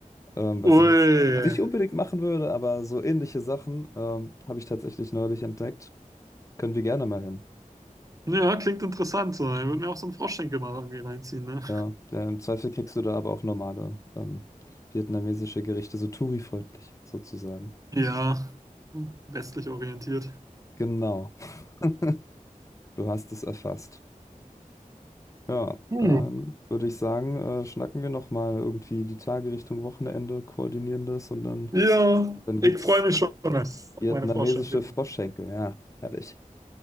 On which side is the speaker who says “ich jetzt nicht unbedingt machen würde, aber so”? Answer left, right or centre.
Left